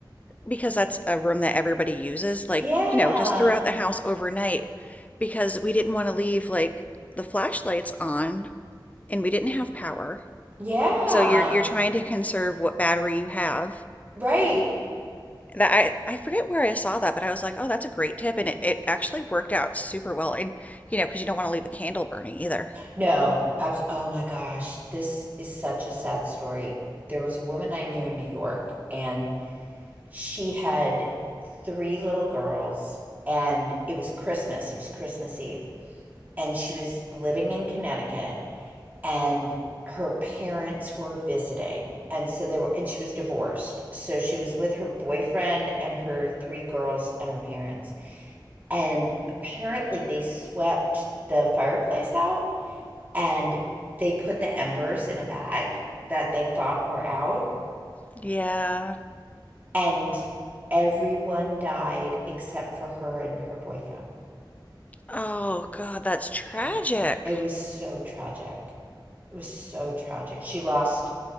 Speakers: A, on the left (about 20°); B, on the right (about 20°).
A: because that's a room that everybody uses, like,
B: Yeah.
A: you know, just throughout the house overnight because we didn't want to leave like the flashlights on and we didn't have power.
B: Yeah.
A: So you're you're trying to conserve what battery you have.
B: Right.
A: That I I forget where I saw that, but I was like, "Oh, that's a great tip." And it it actually worked out super well. And you know, because you don't want to leave a candle burning either.
B: No. Abs oh my gosh. This is such a sad story. There was a woman I knew in New York, and she had three little girls, and it was Christmas. It was Christmas Eve. And she was living in Connecticut. and her parents were visiting and so they were and she was divorced so she was with her boyfriend and her three girls and her parents and apparently they swept the fireplace out and they put the embers in a bag that they thought were out
A: Yeah.
B: and everyone died except for her and her boyfriend
A: Oh God, that's tragic.
B: and it was so tragic it was so tragic she lost